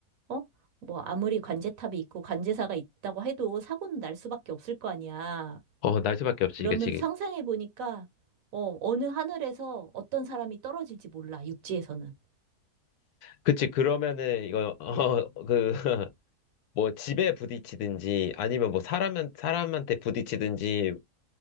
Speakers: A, on the right (about 65°); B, on the left (about 75°).
A: 어? 뭐 아무리 관제탑이 있고 관제사가 있다고 해도 사고는 날 수밖에 없을 거 아니야.
B: 어어날 수밖에 없지
A: 그러면
B: 그치
A: 상상해 보니까 어 어느 하늘에서 어떤 사람이 떨어질지 몰라. 육지에서는.
B: 그치 그러면은 이거 어그뭐 <laughs> 집에 부딪히든지 아니면 뭐 사람한 사람한테 부딪히든지